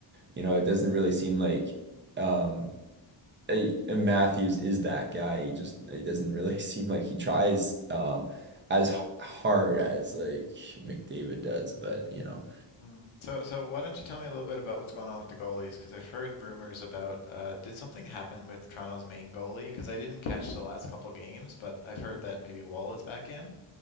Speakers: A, on the right; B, on the left.
A: you know
B: mm,
A: it doesn't really seem like um a, a Matthews is that guy he just he doesn't
B: mm,
A: really <laughs> seem like he tries um as h- hard as like McDavid does but you know
B: mm. So so why don't you tell me a little bit about what's going on with the goalies? Because I've heard rumors about uh, did something happen with Toronto's main goalie? Because I didn't catch the last couple games, but I've heard that maybe Wall is back in.